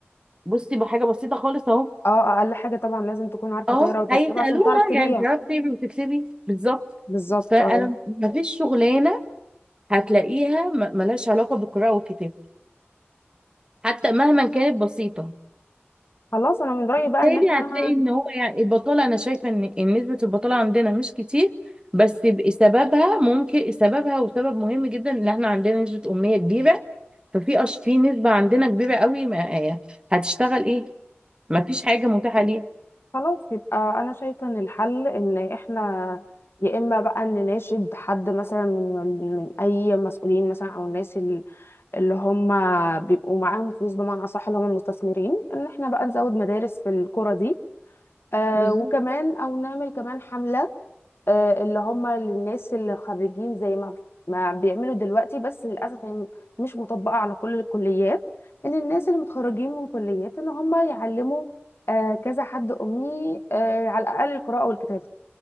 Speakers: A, on the right; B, on the left.
A: بصي بحاجه بسيطه خالص اهو
B: اه اقل حاجه طبعا لازم تكون عارفه
A: اهو
B: تقرا وتكتب
A: هيسالوها
B: عشان تعرف تبيع
A: يعني بتعرفي تعملي وتكسبي بالظبط
B: بالظبط
A: فانا
B: اه
A: مفيش شغلانه هتلاقيها م- ملهاش علاقه بالقراءه والكتابه حتى مهما كانت بسيطه
B: خلاص انا من رايي
A: بالتالي
B: بقى ان احنا
A: هتلاقي ان هو يعني البطاله انا شايفه ان إن نسبه البطاله عندنا مش كتير بس ب- سببها ممكن سببها وسبب مهم جدا ان احنا عندنا نسبه اميه كبيره ففي أش... في نسبه عندنا كبيره قوي ما... هتشتغل ايه مفيش حاجه متاحه ليها
B: خلاص يبقى انا شايفه ان الحل ان احنا يا اما بقى نناشد حد مثلا من من اي مسؤولين مثلا او الناس ال- اللي هم بيبقوا معاهم فلوس بمعنى اصح اللي هم المستثمرين ان احنا بقى نزود مدارس في القرى دي آه
A: بالظبط
B: وكمان او نعمل كمان حمله آه، اللي هم الناس اللي خريجين زي ما ما بيعملوا دلوقتي بس للاسف هي م- مش مطبقه على كل الكليات ان الناس اللي متخرجين من كليات ان هم يعلموا آه، كذا حد امي آه، على الاقل القراءه والكتابه